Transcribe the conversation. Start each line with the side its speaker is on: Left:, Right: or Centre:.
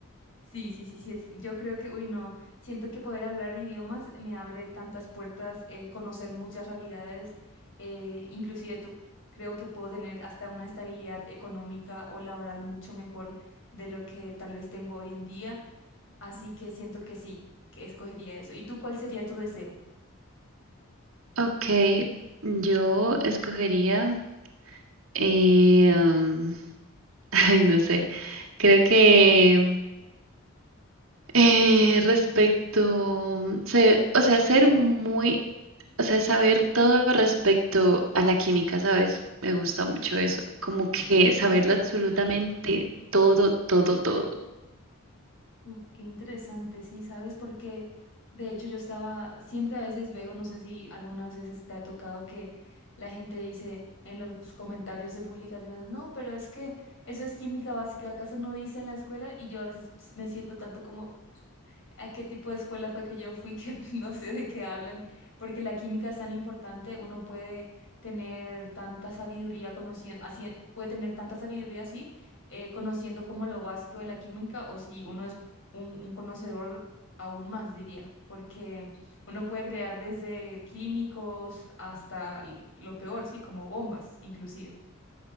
Left: Sí, sí, sí, sí. es- Yo creo que, uy, no, siento que poder hablar idiomas me abre tantas puertas, eh, conocer muchas realidades, eh, inclusive tú creo que puedo tener hasta una estabilidad económica o laboral mucho mejor de lo que tal vez tengo hoy en día. Así que siento que sí, que escogería eso. ¿Y tú cuál sería tu deseo?
Right: Ok, yo escogería, eh, um, <laughs> ay, no sé, creo que Eh, respecto, se- o sea, ser muy, o sea, saber todo respecto a la química, ¿sabes? Me gusta mucho eso, como que
Left: Uf,
Right: saberlo absolutamente todo, todo, todo.
Left: uf, qué interesante, sí, ¿sabes? Porque de hecho yo estaba, siempre a veces veo, no sé si algunas veces te ha tocado que la gente dice en los comentarios de publicaciones, no, pero es que eso es química básica, ¿acaso no dice en la escuela? Y yo a veces me siento tanto como, a qué tipo de escuela fue que yo fui, que <laughs> no sé de qué hablan, porque la química es tan importante, uno puede tener tanta sabiduría conociendo, así, puede tener tanta sabiduría así, eh, conociendo como lo básico de la química, o si uno es un, un conocedor aún más, diría, porque uno puede crear desde químicos hasta l- lo peor, sí, como bombas, inclusive.